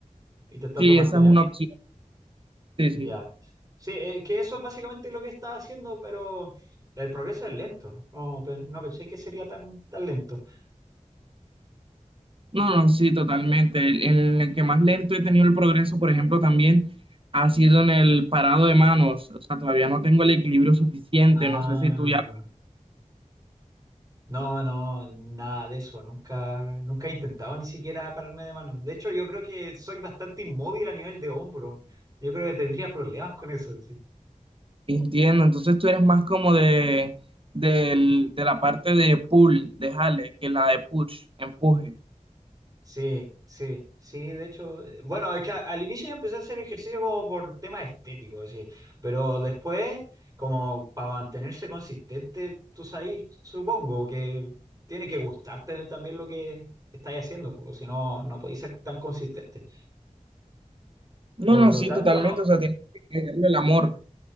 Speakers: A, on the right; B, on the right.
A: y te trato
B: sí,
A: de mantener.
B: esa es una opción, sí,
A: Ya.
B: sí.
A: Sí, eh, que eso es básicamente lo que estaba haciendo, pero el progreso es lento. No, pe- no pensé que sería tan, tan lento.
B: No, no, sí, totalmente. El, el en el que más lento he tenido el progreso, por ejemplo, también ha sido en el parado de manos. O sea, todavía no tengo el equilibrio suficiente,
A: Ah,
B: no sé si tú ya
A: no, no, nada de eso. Nunca, nunca he intentado ni siquiera pararme de mano. De hecho, yo creo que soy bastante inmóvil a nivel de hombro. Yo creo que tendría problemas con eso, sí.
B: entiendo. Entonces tú eres más como de, del- de la parte de pull, de jale, que la de push, empuje.
A: Sí, sí, sí, de hecho, eh, bueno, es que a- al inicio yo empecé a hacer ejercicio como por temas estéticos, sí, pero después, como para mantenerse consistente, tú sabes, supongo que tiene que gustarte también lo que estás haciendo, porque si no, no podéis ser tan consistente.
B: No,
A: Por
B: no,
A: lo
B: sí,
A: tanto,
B: totalmente.
A: a-
B: O sea, tienes que darle el amor.